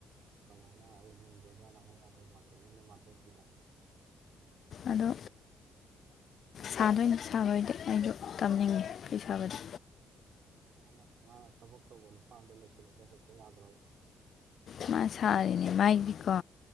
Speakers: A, on the right; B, on the left.
A: ꯀꯃꯥꯏꯅ ꯑꯩ ꯍꯦꯟꯗꯣꯏꯕꯥꯅ ꯍꯥꯏꯗ꯭ꯔꯣ ꯃꯥꯆꯧ ꯅꯣꯏꯅ ꯃꯥꯆꯧꯁꯤꯗ
B: ꯑꯗꯣ ꯁꯥꯗꯣꯏꯅ ꯁꯥꯕꯩꯗꯤ ꯑꯩꯁꯨ ꯇꯝꯅꯤꯡꯉꯦ ꯐꯤ ꯁꯥꯕꯗꯤ
A: ꯃꯥꯅ ꯃꯥꯅ ꯊꯕꯛ ꯇꯧꯕ ꯅꯨꯄꯥ ꯑꯗꯣ ꯂꯩꯁꯤꯜꯂꯒ ꯍꯦꯛꯇ ꯌꯥꯕ꯭ꯔꯕ
B: ꯃꯥ ꯁꯥꯔꯤꯅꯦ ꯃꯥꯏꯒꯤꯀꯣ